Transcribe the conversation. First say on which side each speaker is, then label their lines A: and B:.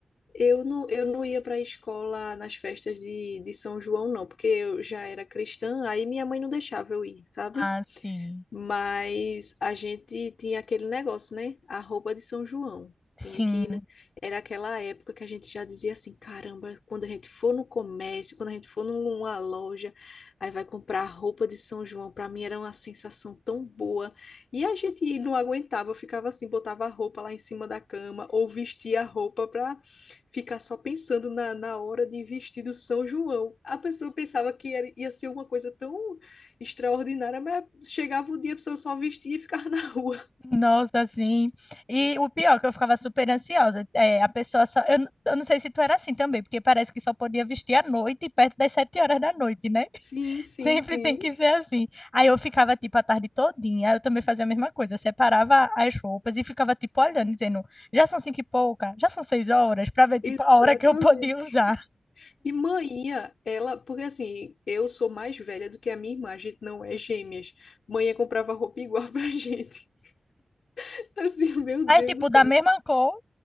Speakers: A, on the left; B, on the left.
A: eu não, eu não ia para a escola nas festas de, de São João, não, porque eu já era cristã, aí minha mãe não deixava eu ir, sabe?
B: Ah, sim.
A: Mas a gente tinha aquele negócio, né? A roupa de São João.
B: Sim.
A: Tinha que ir, né? Era aquela época que a gente já dizia assim, caramba, quando a gente for no comércio, quando a gente for numa loja, aí vai comprar a roupa de São João. Para mim era uma sensação tão boa. E a gente não aguentava, ficava assim, botava a roupa lá em cima da cama ou vestia a roupa para ficar só pensando na, na hora de vestir do São João. A pessoa pensava que era- ia ser uma coisa tão extraordinária, mas chegava o dia, a pessoa só vestia e ficava <laughs> na rua.
B: Nossa, assim. E o pior, é que eu ficava super ansiosa. É, a pessoa só. Eu, n- eu não sei se tu era assim também, porque parece que só podia vestir à noite, perto das sete horas da noite, né? <laughs>
A: Sim, sim,
B: Sempre
A: sim.
B: tem que ser assim. Aí eu ficava, tipo, a tarde todinha. Eu também fazia a mesma coisa. Separava as roupas e ficava, tipo, olhando, dizendo: já são cinco e pouca, já são seis horas, pra ver, tipo,
A: Exatamente.
B: a hora que eu podia usar.
A: E manhã, ela, porque assim, eu sou mais velha do que a minha irmã, a gente não é gêmeas. Manhã comprava roupa igual pra gente. <laughs> Assim, meu
B: Mas,
A: Deus
B: tipo,
A: do
B: da
A: céu.
B: mesma cor.